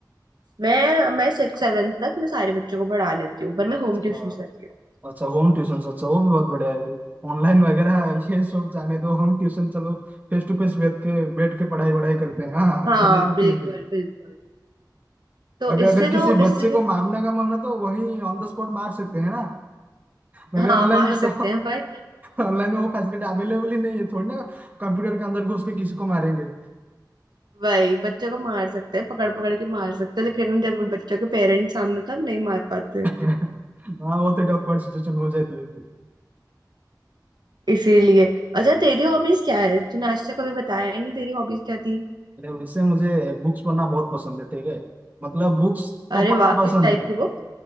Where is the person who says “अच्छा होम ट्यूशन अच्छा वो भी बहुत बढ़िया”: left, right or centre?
Right